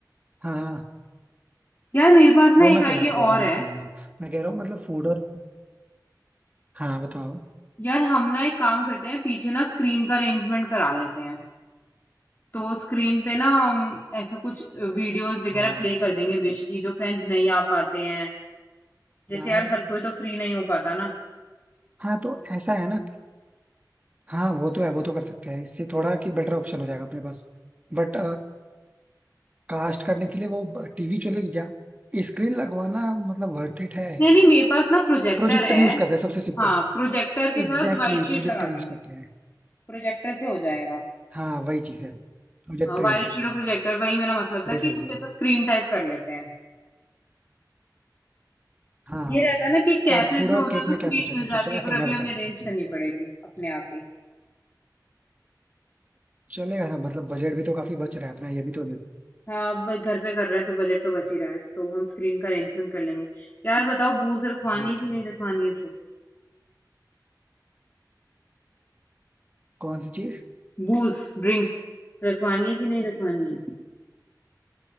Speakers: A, on the right (about 20°); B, on the left (about 30°).
A: हाँ हाँ
B: यार मेरे पास ना
A: वो मैं
B: एक
A: कर
B: आइडिया
A: लूंगा
B: और
A: वो मैं
B: है
A: कर लूंगा मैं कह रहा हूँ मतलब फूड और हाँ बताओ
B: यार हम ना एक काम करते हैं पीछे ना स्क्रीन का अरेंजमेंट करा लेते हैं तो स्क्रीन पे ना हम ऐसा कुछ वीडियोस वगैरह
A: और
B: प्ले कर देंगे विश की जो फ्रेंड्स नहीं आ पाते हैं जैसे
A: यार
B: यार हर कोई तो फ्री नहीं हो पाता ना
A: हाँ तो ऐसा है ना हाँ वो तो है वो तो कर सकते हैं इससे थोड़ा कि बेटर ऑप्शन हो जाएगा अपने पास बट कास्ट करने के लिए वो टीवी चलेगी क्या स्क्रीन लगवाना मतलब वर्थ इट है
B: नहीं नहीं मेरे पास ना प्रोजेक्टर
A: प्रोजेक्टर
B: है
A: यूज करते हैं सबसे simple
B: हाँ प्रोजेक्टर के
A: Exactly
B: साथ व्हाइट
A: exactly,
B: शीट
A: projector
B: लगा देंगे
A: use करते हैं
B: प्रोजेक्टर से हो जाएगा
A: हाँ वही चीज है प्रोजेक्टर
B: हाँ व्हाइट
A: यूज करते
B: शीट और
A: हैं
B: प्रोजेक्टर वही मेरा मतलब
A: ये
B: था
A: सही
B: कि कुछ
A: है
B: ऐसा स्क्रीन टाइप कर लेते हैं
A: हाँ हाँ
B: ये रहता है ना कि कैफेज
A: और फूड
B: में
A: और
B: होता
A: केक
B: है तो
A: में
B: स्क्रीन
A: क्या सोचा है
B: मिल
A: कुछ
B: जाती
A: सोचा है
B: है
A: या फिर
B: पर
A: मैं
B: अभी
A: बताऊँ
B: हमें अरेंज करनी पड़ेगी अपने आप ही
A: चलेगा ना मतलब बजट भी तो काफी बच रहा है अपना ये भी तो
B: हाँ अब घर पे कर रहे हैं तो बजट तो बच ही रहा है तो हम स्क्रीन का अरेंजमेंट कर लेंगे यार बताओ बूज रखवानी
A: Exactly
B: है कि नहीं
A: exactly.
B: रखवानी है फिर
A: कौन सी चीज
B: बूज ड्रिंक्स रखवानी है कि नहीं रखवानी है